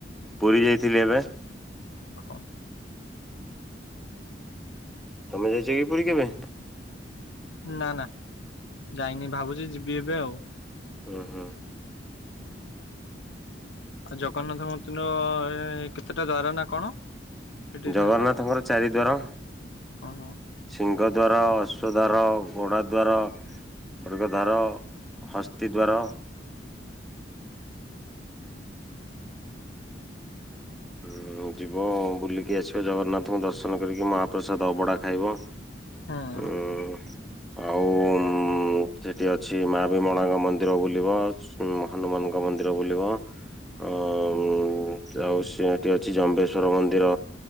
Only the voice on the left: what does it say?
ଓହୋ।
ନା ନା ଯାଇନି ଭାବୁଚି ଯିବି ଏବେ ଆଉ।
ଆଉ ଜଗନ୍ନାଥ ମନ୍ଦିର କେତେଟା ଦ୍ଵାର ନା କଣ? ସେଠି
ଥାଏ ପା?
ଓହୋ
ହୁଁ।